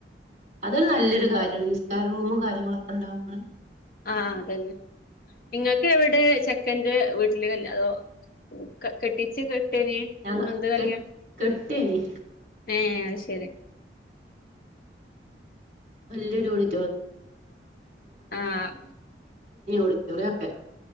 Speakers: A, on the right; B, on the left.
A: അതൊരു നല്ലൊരു കാര്യാണ് നിസ്കാര റൂമും കാര്യങ്ങളും ഒക്കെ ഉണ്ടാവുമ്പളെ
B: ആഹ് അതെന്നെ നിങ്ങക്ക് എവിടെ ചെ ക്കന്റെ വീട്ടിലേക്ക് തന്നോ അതോ ക കെട്ടിച്ച് കെട്ടേന്
A: ഞ
B: ഇങ്ങൾത് കല്യാണം
A: കെ കെട്ടിനി
B: ഏഹ് അത് ശെരി
A: നല്ലൊരു <unintelligible> <unintelligible> <unintelligible> ഒളി
B: ആഹ്
A: <unintelligible> ഒക്കെ